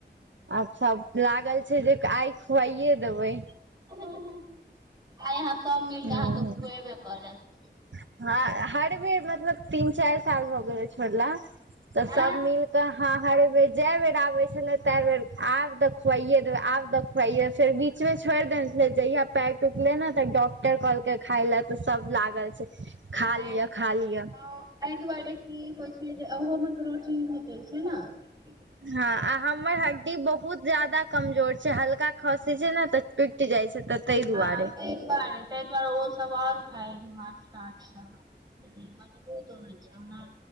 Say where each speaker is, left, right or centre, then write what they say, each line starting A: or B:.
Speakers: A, on the right (about 85°); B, on the right (about 20°).
A: आब सब लागल छै जे आइ खुआइे देबै
B: हँ हँ आइ अहाँ सब मिलके
A: ह
B: अहाँके खुएबे करत
A: हँ हर बेर मतलब तीन चारि साल भऽ गेलय छोड़ला तऽ
B: आ
A: सब मिल कऽ हँ हरे बेर ज बेर आबे छले ते बेर आब त खुआये देबै आब तऽ फेर बीच मे छोड़ देने छले जहिया पैर टुटले ने तऽ डॉक्टर कहलके खाइले तऽ सब लागल छै खा
B: नहि
A: लियअ
B: नहि
A: खा लियअ
B: हँ, एहि दुआरे की हो छै जे ओहोमे के प्रोटीन भेटै छैय नऽ
A: हँ आ हमर हड्डी बहुत बहुत ज्यादा कमजोर छै हल्का खसी छै नऽ तऽ टुटि जाइ छै तऽ ताहि दुआरे
B: हँ ताहि दुआरे ताहि दुआरे ओ सब आओर खााय छै माछ अच्छा लेकिन मजबूत होइ छो नऽ